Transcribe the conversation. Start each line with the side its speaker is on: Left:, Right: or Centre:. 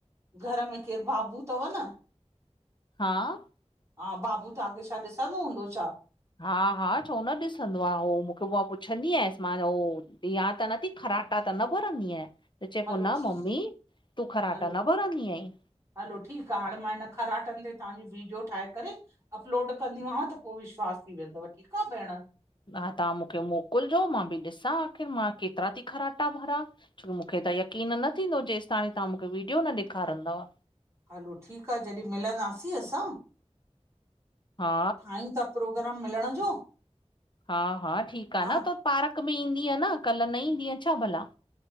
Right: घर में केरु बाबू तव न।
Left: हा --
Right: हा। बाबू तव्हांखे छा ॾिसंदो हूंदो छा।
Left: हा। हा। छो न ॾिसंदो आ, उ मूंखे उ पुछंदी आयस मां हो ॾिया त, नथी ख़राटा। खराटा त न भरंदी आहीं। त चई
Right: हलो
Left: पयो न
Right: ठीकु
Left: मम्मी तूं ख़राटा
Right: हलो
Left: न भरंदी आहीं।
Right: हलो। ठीकु आ हाणे मां हिन खराटन ते तव्हांज वीडियो ठाहे करे अपलोड त कंदि मा व त पोइ विश्वास बी वेंदव ठीक आ भेण।
Left: हा। तव्हां मूंखे मोकिलिजो मां बि ॾिसां आख़िर मां केतिरा थी ख़राटा भरियां। छो मूंखे त यकीन न थींदो जेस ताणी तव्हां मूंखे वीडियो न ॾेखारींदव।
Right: हलो। ठीकु आ जॾहिं मिलंदासीं असां।
Left: हा
Right: सभु प्रोग्राम मिलण जो।
Left: हा। हा। ठीकु आ
Right: हा
Left: न त पार्क में ईंदी अन। कल्ह न ईंदी छा भला?